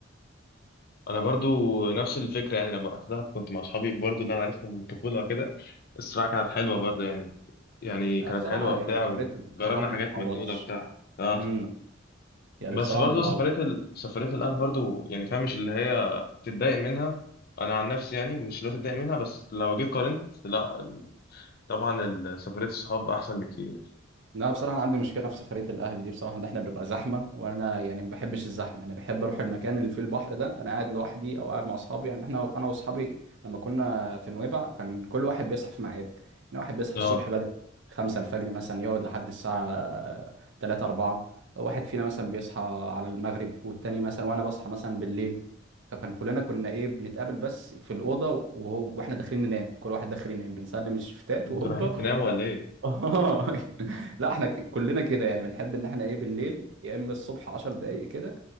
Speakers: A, on the left; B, on the right.
A: انا برضو نفس الفكره يعني لما رحت دهب كنت مع اصحابي برضو اللي انا عارفهم من الطفوله كده الصراحه كانت حلوه برضو يعني يعني
B: لا
A: كانت
B: بصراحة
A: حلوه
B: يعني
A: بتاع
B: سفرية الصحاب
A: وجربنا حاجات
B: ما تتعوضش
A: مجنونه بتاع اه
B: امم يعني
A: بس
B: بصراحة
A: برضو
B: ما تتعوضش
A: سفريه ال... سفريه الاهل برضو يعني فاهم مش اللي هي تتضايق منها انا عن نفسي يعني مش اللي هو تتضايق منها بس لو جيت قارنت لا ال- طبعا ال- سفريه الصحاب احسن بكتير
B: لا بصراحة أنا عندي مشكلة في سفرية الأهل دي بصراحة إن إحنا بنبقى زحمة وأنا يعني ما بحبش الزحمة أنا بحب أروح المكان اللي فيه البحر ده أنا قاعد لوحدي أو قاعد مع أصحابي يعني إحنا أنا وأصحابي لما كنا في نويبع كان كل واحد بيصحى في ميعاد يعني واحد بيصحى
A: اه
B: الصبح بدري خمسة الفجر مثلا يقعد لحد الساعة تلاتة أربعة واحد فينا مثلا بيصحى على المغرب والتاني مثلا وأنا بصحى مثلا بالليل فكان كلنا كنا إيه بنتقابل بس في الأوضة وهو وإحنا داخلين ننام كل واحد داخل ينام بنسلم الشفتات
A: انتوا
B: وهوبا
A: رايحين تناموا ولا ايه
B: اه <laughs> لا احنا ك- كلنا كده يعني بنحب ان احنا ايه بالليل يا اما الصبح 10 دقايق كده